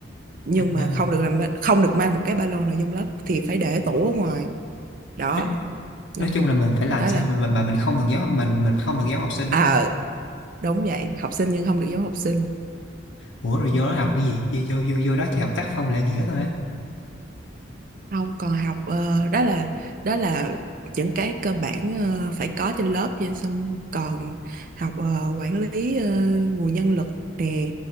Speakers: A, on the right; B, on the left.
A: nhưng
B: à,
A: mà
B: à.
A: không được làm ba- không được mang một cái ba lô nào trong lớp thì phải để tủ ở ngoài đó
B: nói, nói
A: Ờ,
B: chung là mình phải làm
A: đó
B: sao
A: là
B: mà mà mình không được giáo mình mình không được giáo học sinh đúng
A: à
B: không
A: đúng vậy học sinh nhưng không được giống học sinh
B: ủa rồi vô đó học cái gì vô vô vô, vô đó chỉ học tác phong lễ nghĩa thôi á
A: không còn học ờ, đó là đó là những cái cơ bản ờ, phải có trên lớp nha xong còn học ờ, quản lý ờ, nguồn nhân lực nè